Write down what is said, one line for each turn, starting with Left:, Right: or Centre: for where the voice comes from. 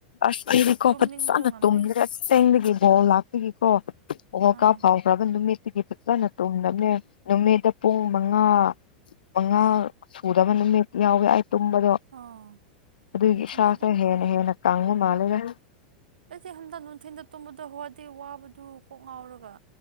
Left: ꯑꯁ ꯑꯩꯗꯤꯀꯣ
Right: ꯇꯨꯝꯅꯤꯡꯕꯗꯣ
Left: ꯐꯖꯅ
Right: ꯉꯝꯗꯦ
Left: ꯇꯨꯝꯗ꯭ꯔꯦ ꯑꯁꯦꯡꯗꯒꯤ ꯕꯣꯜ ꯂꯥꯛꯄꯒꯤꯀꯣ ꯋꯥꯔꯜ
Right: ꯑꯥ
Left: ꯀꯞ ꯍꯧꯈ꯭ꯔꯕ ꯅꯨꯃꯠꯇꯒꯤ ꯐꯖꯅ ꯇꯨꯝꯗꯕꯅꯦ ꯅꯨꯃꯤꯠꯇ ꯄꯨꯡ ꯃꯉꯥ ꯃꯉꯥ ꯁꯨꯗꯕ ꯅꯨꯃꯤꯠ ꯌꯥꯎꯋꯦ ꯑꯩ ꯇꯨꯝꯕꯗꯣ
Right: ꯑꯥ
Left: ꯑꯗꯨꯒꯤ
Right: ꯅꯨꯡꯊꯤꯟꯗ
Left: ꯏꯁꯥꯁꯦ
Right: ꯑꯗꯨꯝ ꯇꯨꯝꯃꯣ
Left: ꯍꯦꯟꯅ ꯍꯦꯟꯅ ꯃꯥꯜꯂꯦꯕ
Right: ꯑꯩꯗꯤ ꯍꯟꯗꯛ ꯅꯨꯡꯊꯤꯟꯗ ꯇꯨꯝꯕꯗꯣ ꯋꯥꯗꯤ ꯋꯥꯕꯗꯨ ꯀꯣꯛ ꯉꯥꯎꯔꯒ